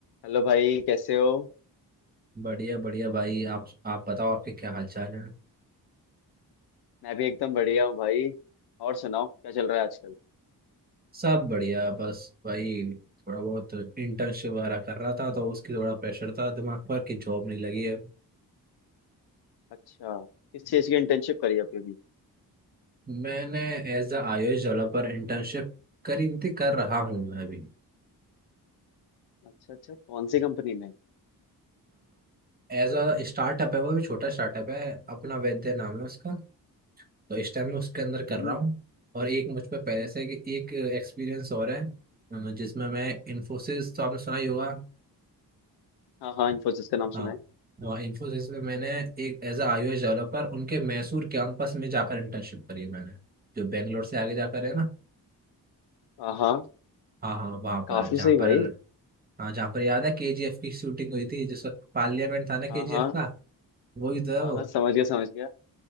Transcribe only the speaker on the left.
Hello भाई कैसे हो
मैं भी एकदम बढ़िया हूँ भाई और सुनाओ क्या चल रहा है आजकल
अच्छा किस चीज़ की इंटर्नशिप करी आपने अभी
अच्छा अच्छा कौन सी कंपनी में
हम्म
हाँ हाँ इन्फोसिस का नाम
सुना है
हाँ हाँ
काफी
सही भाई
हाँ हाँ
हाँ
हाँ समझ गया समझ गया